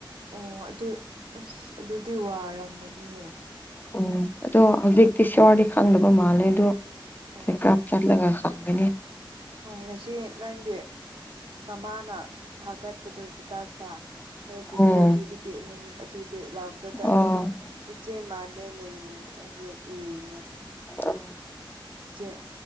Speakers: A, on the right; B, on the left.
A: ꯑꯣ ꯑꯗꯨ ꯑꯁ ꯑꯗꯨꯗꯤ ꯋꯥꯔꯝꯒꯅꯤꯌꯦ
B: ꯎꯝ ꯑꯗꯣ ꯍꯧꯖꯤꯛꯇꯤ ꯁꯤꯌꯣꯔꯗꯤ ꯈꯪꯗꯕ ꯃꯥꯜꯂꯦ ꯑꯗꯣ
A: ꯑꯣ
B: ꯆꯦꯛꯞ ꯆꯠꯂꯒ ꯊꯒꯅꯤ
A: ꯑꯣ ꯉꯁꯤ ꯅꯪꯒꯤ ꯃꯃꯥꯅ ꯊꯥꯀꯠꯄꯗꯨꯣ ꯆꯇꯥꯁꯤ ꯅꯣꯏ ꯄꯨꯄꯨ
B: ꯎꯝ
A: ꯁꯤꯕꯤꯒꯦ ꯀ ꯂꯥꯎꯗꯨꯗ ꯑꯩꯁꯨ
B: ꯑꯣ
A: ꯏꯆꯦ ꯃꯥꯜꯂꯦꯅ ꯌꯦꯡꯉꯦ
B: ꯎ
A: ꯏꯆꯦ